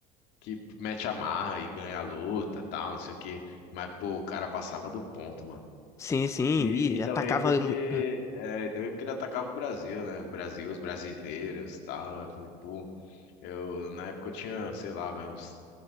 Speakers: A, on the left; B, on the left.
A: que mete a marra e ganha a luta, tal, não sei o quê. Mas, pô, o cara passava do ponto, mano.
B: Sim, sim,
A: E,
B: e
A: e também
B: atacava.
A: porque
B: mu- hum,
A: é, e também porque ele atacava o Brasil, né? O Brasil, os brasileiros, tal. Eu falei, pô, Eu, na época eu tinha, sei lá, vai uns.